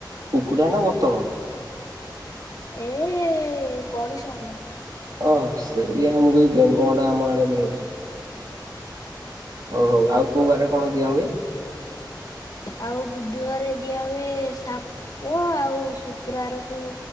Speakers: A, on the right; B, on the left.
A: କୁକୁଡ଼ା ନା ବତକ?
B: ଏ ଗଢିଶଅଣ୍ଡା।
A: ଓହ ସେଇଆ ମୁ କହୁଛି ବେଙ୍ଗ ଅଣ୍ଡା ଆମ ଆଡେ ମିଳୁଛି। ହଉ ହଉ ଆଉ କୋଉ ବାରେ କଣ ଦିଆ ହୁଏ?
B: ଆଉ ବୁଧବାରେ ଦିଆ ହୁଏ ସାପ ଆଉ ଶୁକ୍ରବାରକୁ